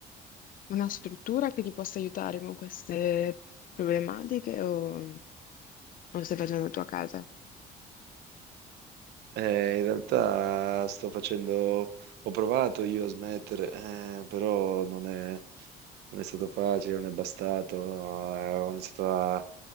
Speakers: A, on the left (about 55°); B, on the right (about 80°).
A: una struttura che ti possa aiutare con queste problematiche o, o stai facendo la tua casa?
B: Eh, in realtà sto facendo, ho provato io a smettere, eh, però non è, non è stato facile, non è bastato. Eh, ho iniziato a